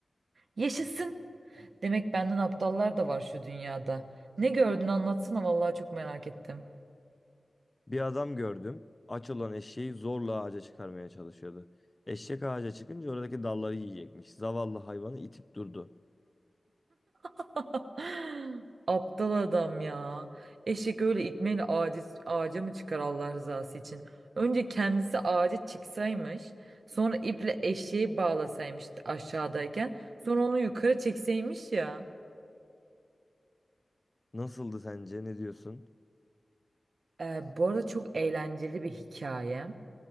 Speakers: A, on the right (about 75°); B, on the left (about 25°).
A: Yaşasın. Demek benden aptallar da var şu dünyada. Ne gördün anlatsana vallahi çok merak ettim.
B: Bir adam gördüm. Aç olan eşeği zorla ağaca çıkarmaya çalışıyordu. Eşek ağaca çıkınca oradaki dalları yiyecekmiş. Zavallı hayvanı itip durdu.
A: <laughs> Aptal adam ya. Eşek öyle itmeyle ağacı, ağaca mı çıkar Allah rızası için? Önce kendisi ağaca çıksaymış. Sonra iple eşeği bağlasaymış aşağıdayken. Sonra onu yukarı çekseymiş ya.
B: Nasıldı sence? Ne diyorsun?
A: Ee, bu arada çok eğlenceli bir hikaye.